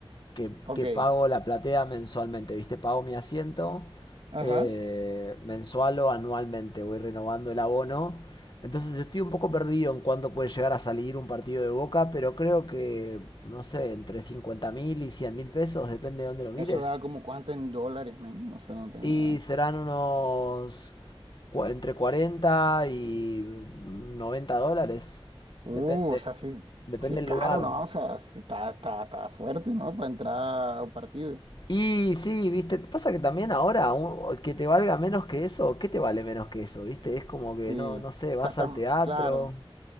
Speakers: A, on the left (about 50°); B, on the right (about 75°).
A: que,
B: Ok,
A: que pago la platea mensualmente, ¿viste? Pago mi asiento
B: ajá.
A: eh, mensual o anualmente, voy renovando el abono. Entonces estoy un poco perdido en cuánto puede llegar a salir un partido de Boca, pero creo que, no sé, entre cincuenta mil y cien mil pesos, depende de dónde lo mires.
B: Eso da como cuánto en dólares, men. No sé, no tengo
A: Y
B: ni idea.
A: serán unos cua- entre 40 y 90 dólares.
B: Uh,
A: Depende,
B: o sea, si,
A: depende
B: si es
A: del
B: caro,
A: lugar.
B: ¿no? O sea, si está, está, está fuerte, ¿no? Para entrar a un partido.
A: Y sí, viste, pasa que también ahora un- que te valga menos que eso, ¿qué te vale menos que eso? Viste, es como
B: Sí.
A: que no, no sé, vas
B: O sea, está,
A: al teatro.
B: claro.